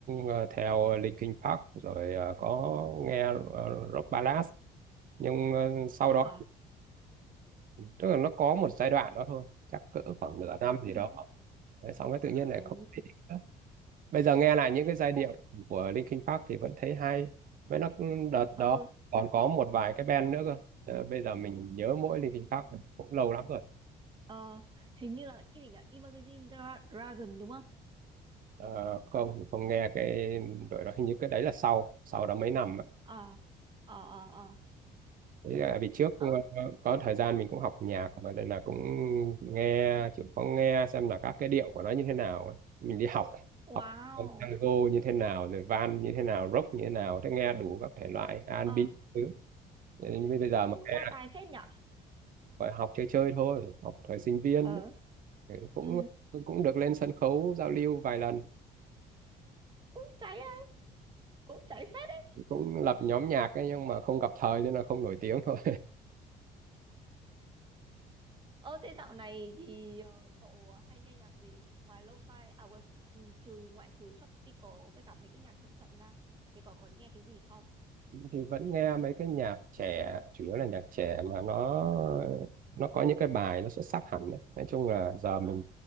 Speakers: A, on the right (about 55°); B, on the right (about 30°).
A: ờ, theo Linkin Park rồi ờ, có nghe ờ, rock ballad nhưng ờ, sau
B: thế hả
A: đó thì tức là nó có một giai đoạn đó thôi chắc cỡ khoảng nửa năm gì
B: ừ
A: đó Đấy, xong cái tự nhiên lại
B: ồ
A: không thích nữa. bây giờ nghe lại những cái giai
B: cũng
A: điệu của Linkin Park thì vẫn thấy hay với nó đợt
B: ờ
A: đó còn có một vài cái band nữa cơ Ờ, bây giờ mình nhớ mỗi Linkin Park thôi, cũng lâu lắm rồi
B: ờ hình như là cái gì nhỉ Imagine Dra- Dragon đúng không
A: Ờ, không mình không nghe cái đội đó hình như cái đấy là sau sau đó mấy năm ạ.
B: ờ ờ ờ ờ
A: Với lại vì trước
B: ơ
A: ờ, có thời gian mình cũng học nhạc mà đây là cũng nghe chịu có nghe xem là các cái điệu của nó như thế nào ấy. mình đi học
B: wow
A: học con tango như thế nào rồi van như thế nào rock như thế nào thế nghe đủ các thể loại R&B
B: ờ
A: thứ Thế nhưng bây giờ
B: cũng
A: mà nghe
B: đa tài phết nhở
A: phải học chơi chơi thôi học thời sinh viên
B: ờ
A: ấy. Ừ, cũng
B: ừ
A: cũng được lên sân khấu giao lưu vài lần
B: cũng cháy á cũng cháy phết đấy
A: cũng lập nhóm nhạc ấy, nhưng mà không gặp thời nên là không nổi tiếng thôi
B: ờ thế dạo này thì ờ, cậu hay nghe nhạc gì ngoài lo-fi à quên, ừ, trừ ngoại trừ tropical với cả mấy cái nhạc chậm chậm ra thì cậu còn nghe cái gì không
A: <laughs> thì vẫn nghe mấy cái nhạc trẻ chủ yếu là nhạc trẻ mà nó
B: ừ
A: nó có những cái bài nó xuất sắc hẳn đấy nói chung là giờ mình
B: ờ